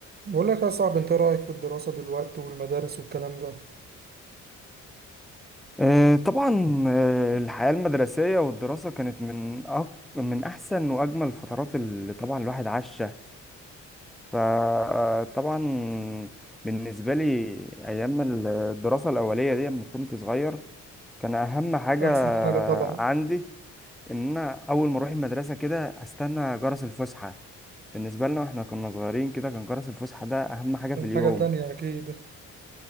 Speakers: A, on the right (about 35°); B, in the centre.
A: بقول لك يا صاحبي انت رأيك في الدراسة دلوقتي والمدارس والكلام ده
B: آه، طبعا آه، الحياة المدرسية والدراسة كانت من أق... من أحسن وأجمل الفترات اللي طبعا الواحد عاشها فطبعا بالنسبة لي أيام الدراسة الأولية دي لما كنت صغير كان أهم حاجة
A: أحسن حاجة طبعا
B: عندي إن أنا أول ما أروح المدرسة كده أستنى جرس الفسحة بالنسبة لنا إحنا كنا صغيرين كده كان جرس الفسحة ده أهم حاجة
A: كان
B: في اليوم
A: حاجة تانية أكيد